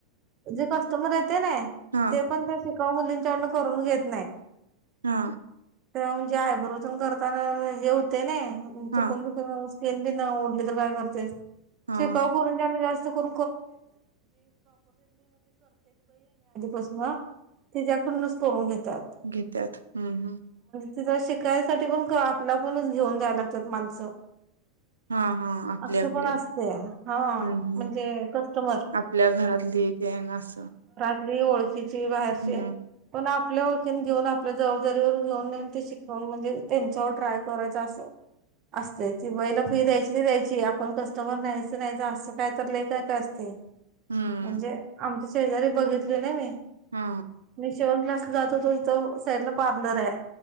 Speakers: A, on the right; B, on the right.
A: जे कस्टमर आहे नाही
B: हा
A: ते पण ते का मुलींच्याडन करून घेत नाही
B: हा
A: ते म्हणजे आयबरोबरून करताना हे होते न चुकुन
B: हा
A: बिकून तन बी ना ओढली तर काय करते
B: हा
A: शिकाऊ पोरींच्या कडन जास्त घ प्रसला तच्याकडूनच करून घेत घेतात.
B: घेत्यात हम्म हम्म
A: तिचा शिकायसाठी पण आपला पणच घेऊन द्यायला लागतात माणसं
B: हा हा आपले
A: असं
B: आपले
A: पण असते हा
B: हम् हम्
A: म्हणजे कस्टमर
B: आपल्या घरातली इथे असं
A: र हो असची बाहेरसे
B: हम्म
A: पण आपल्या ओळखीन घेऊन आपल्या जबाबदारीवर घेऊन नेन ते शिकवून म्हणजे त्यांच्यावर ट्राय करायच असं असत ति बई ल फि
B: हम्म
A: जाय ते आपणं कस्टमर न्यायचं न्यायचं, असं काय तर लैई काय काय असतंय.
B: हम्म.
A: म्हणजे आम शेजारी बघितलय ना मी.
B: हा
A: मीं शिवण क्लास जात होतो इथं, साईडला पार्लर हाया